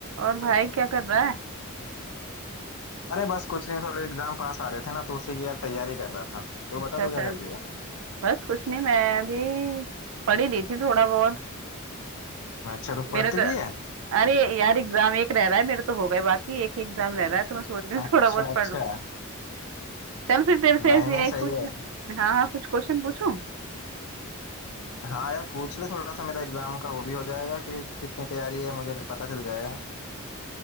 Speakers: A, on the right; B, on the left.
A: और भाई क्या कर रहा है
B: अरे बस कुछ नहीं थोड़े एग्जाम पास आ रहे थे ना तो उसी की यार तैयारी कर रहा था तो
A: अच्छा
B: बता तू
A: अच्छा
B: क्या कर रही है
A: बस कुछ नहीं मैं अभी पढ़ ही रही थी थोड़ा बहुत
B: अच्छा तू पढ़ती
A: मेरा तो
B: भी है
A: अरे यार एग्जाम एक रह रहा है मेरे तो हो गए बाकी एक ही एग्जाम रह रहा है तो मैं सोच रही हूँ
B: अच्छा
A: <laughs> थोड़ा बहुत
B: अच्छा
A: पढ़ लूँ चल फिर तेरे से
B: नहीं
A: ऐसे
B: नहीं
A: ही
B: सही
A: कुछ
B: है
A: हाँ हाँ कुछ क्वेश्चन पूछूं
B: हाँ यार पूछ ले थोड़ा सा मेरा एग्जाम का वो भी हो जाएगा कि कितनी तैयारी है मुझे पता चल जाएगा